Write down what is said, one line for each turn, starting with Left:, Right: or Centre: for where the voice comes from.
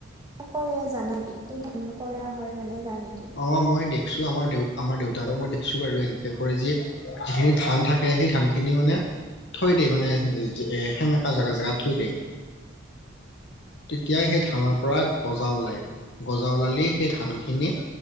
Right: কৰে জনা <unintelligible> কৰা হয় মানে জনা নেকি?
Left: অ' মই দেখছোঁ আমাৰ দেউ, আমাৰ দেউতা আৰু মই দেখিছোঁ বাৰু, এনেকৈ কৰে যে যিখিনিত ধান থাকে, সেই ধান খিনি মানে থৈ দিয়ে মানে এ' সেমেকা জেগা, জেগাত থৈ দিয়ে। তেতিয়াই সেই ধানৰ পৰা গজা উলাই, গজা উলালেই সেই ধান খিনি